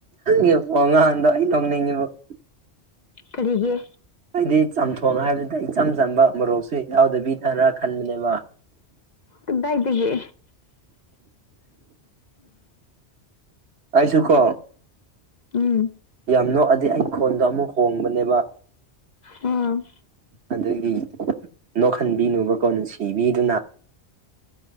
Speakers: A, on the right (about 70°); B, on the left (about 45°).
A: ꯒꯤ ꯉꯥꯡꯗ ꯑꯩ ꯅꫭꯛꯅꯤꯡꯉꯤꯕꫭ
B: ꯀꯔꯤꯒꯤ
A: ꯑꯩꯗꯤ ꯆꯝꯊꯣꯡ ꯍꯥꯏꯕꯗꯨꯗ ꯏꯆꯝ ꯆꯝꯕ ꯃꯔꯣꯛꯁꯨ ꯌꯥꯎꯗꯕꯤꯗ꯭ꯔ ꯈꯟꯕꯅꯦꯕ
B: ꯀꯗꯥꯏꯗꯒꯤ
A: ꯑꯩꯁꯨ ꯀꯣ
B: ꯎꯝ
A: ꯌꯥꯝ ꯅꯣꯛꯑꯗꯤ ꯑꯩ ꯈꯣꯟꯗꯣ ꯑꯃꯨꯛ ꯍꯣꯡꯕꯅꯦꯕ
B: ꯎꯝ
A: ꯑꯗꯨꯏ ꯅꯣꯛꯍꯟꯕꯤꯅꯨꯕꯀꯣ ꯅꯨꯡꯁꯤꯕꯤꯗꯨꯅ